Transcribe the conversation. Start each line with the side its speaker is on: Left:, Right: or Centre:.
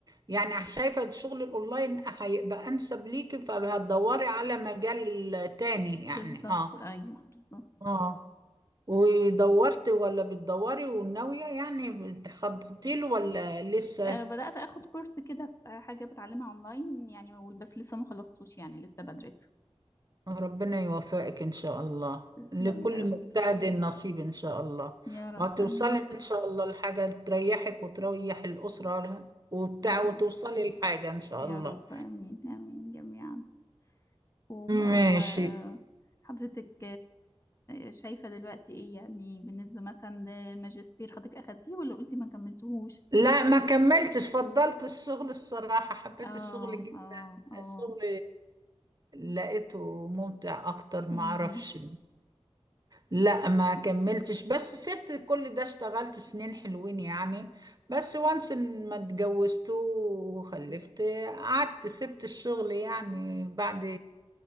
Right: يعني شايفه الشغل الاونلاين هيبقى انسب ليكي فهتدوري على مجال تاني يعني
Left: بالظبط
Right: اه
Left: ايوه بالظبط
Right: اه ودورتي ولا بتدوري وناويه يعني بتخططي له ولا لسه
Left: أه بدات اخد كورس كده في حاجه بتعلمها اونلاين يعني بس لسه ما خلصتوش يعني لسه بدرسه
Right: ربنا يوفقك إن شاء الله
Left: تسلم
Right: لكل
Left: يا رب
Right: مجتهد نصيب إن شاء الله
Left: يا رب
Right: وهتوصلي
Left: امين
Right: إن شاء الله لحاجة تريحك وتريح الأسرة وبتاع
Left: يا رب
Right: وتوصلي لحاجة إن شاء
Left: يا
Right: الله
Left: رب آمين آمين جميعا وحضرتك
Right: ماشي
Left: شايفة دلوقتي ايه يعني بالنسبة مثلا للماجستير حضرتك اخدتيه ولا قلتي ما كملتهوش
Right: لا ما كملتش فضلت الشغل الصراحة حبيت
Left: اه
Right: الشغل جدا
Left: اه اه
Right: الشغل لقيته ممتع أكتر ما
Left: امم
Right: أعرفش لا ما كملتش بس سبت كل ده اشتغلت سنين حلوين يعني بس وانس إن ما اتجوزت وخلفت قعدت سبت الشغل يعني بعد